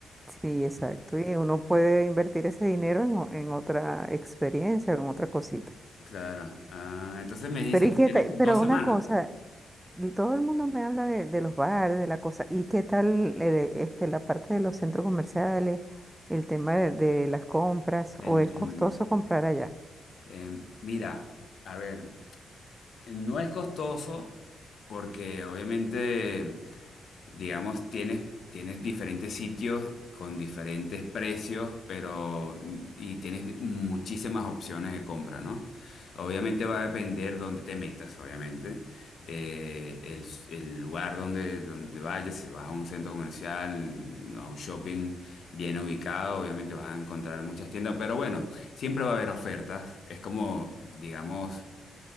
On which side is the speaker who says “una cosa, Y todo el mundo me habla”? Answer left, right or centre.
Right